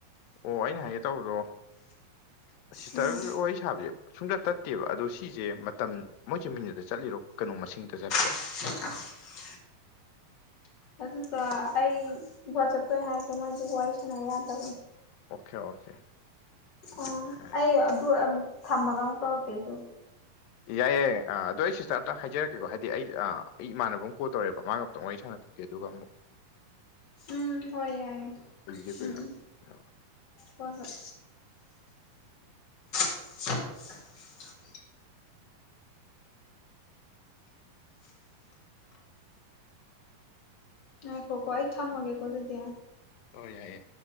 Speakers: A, on the left (about 80°); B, on the left (about 35°).
A: ꯑꯣ ꯑꯩꯅ ꯍꯥꯏꯒꯦ ꯇꯧꯕꯗꯣ ꯁꯤꯁꯇꯔꯒ
B: ꯎꯝ
A: ꯋꯥꯔꯤ ꯁꯥꯕꯁꯦ ꯁꯨꯡꯇꯠ ꯇꯠꯇꯦꯕ ꯑꯗꯣ ꯁꯤꯁꯦ ꯃꯇꯝ ꯃꯣꯏꯁꯦ ꯃꯤꯅꯤꯠꯇ ꯆꯠꯂꯤꯔꯣ ꯀꯩꯅꯣ ꯃꯁꯤꯡꯗ ꯆꯠꯄ꯭ꯔꯣ
B: <inaudible> ꯑꯗꯨꯗ ꯑꯩ ꯋꯥꯆꯞꯇꯑꯣꯢ ꯍꯥꯏꯒꯦ ꯃꯣꯏꯗꯤ ꯋꯥꯔꯤ ꯁꯅ ꯌꯥꯗꯕꯅꯤ
A: ꯑꯣꯀꯦ ꯑꯣꯀꯦ ꯑꯗꯨꯃꯥꯏꯅ
B: ꯎ
A: ꯍꯥꯏꯔꯁꯤ
B: ꯑꯩ ꯑꯗꯨ ꯑꯃꯨꯛ ꯊꯝꯃꯒ ꯑꯃꯨꯛ ꯇꯧꯔꯛꯀꯦ ꯑꯗꯨ
A: ꯌꯥꯏ ꯌꯥꯏꯌꯦ ꯑꯗꯣ ꯑꯩ ꯁꯤꯁꯇꯔ ꯑꯝꯇꯪ ꯍꯥꯏꯖꯔꯛꯀꯦꯀꯣ ꯍꯥꯏꯗꯤ ꯑꯩ ꯑꯩ ꯏꯃꯟꯅꯕ ꯀꯣꯜ ꯇꯧꯔꯦꯕ ꯃꯥ ꯉꯥꯛꯇꯪ ꯋꯥꯔꯤ ꯁꯥꯟꯅ <unintelligible>
B: ꯎꯝ ꯍꯣꯢ ꯌꯥꯢꯌꯦ
A: ꯀꯨꯏꯕꯨꯗꯤ ꯀꯨꯏꯔꯣꯏ
B: ꯎꯝ
A: ꯑꯣ
B: ꯍꯣꯏ ꯍꯣꯏ <inaudible> ꯉꯥꯢꯈꯣꯀꯣ ꯑꯩ ꯊꯝꯃꯒꯦꯀꯣ ꯑꯗꯨꯗꯤ
A: ꯑꯣ ꯌꯥꯏꯌꯦ